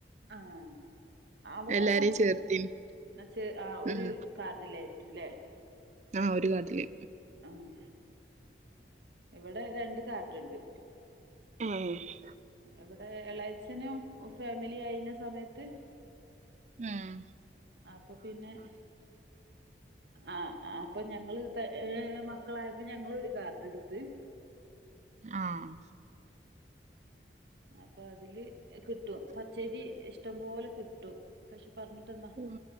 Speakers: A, on the right; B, on the right.
A: ആഹ് അവിടെ
B: എല്ലാരേം
A: എന്നച്ച്
B: ചേർത്തിന്
A: ആഹ് ഒര്‌
B: ഉം
A: കാർഡിലായിരിക്കുംല്ലേ
B: ആഹ് ഒരു കാർഡില്
A: ആഹ് ഇവിടെ രണ്ട് കാർഡുണ്ട്
B: ഉം
A: എവിടെ ഇളയച്ഛനും ഫാമിലി ആയീന്ന സമയത്ത്
B: ആഹ്
A: അപ്പൊ പിന്നെ ആഹ് അപ്പൊ ഞങ്ങള്ത് ഹ് മക്കളായപ്പോ ഞങ്ങള് ഒരു കാർഡ് ഇട്ത്ത്.
B: ആഹ്
A: അപ്പൊ അതില് കിട്ടും പച്ചയ്രി ഇഷ്ടം പൊലെ കിട്ടും. പക്ഷെ പറഞ്ഞിട്ടെന്താ
B: ഉം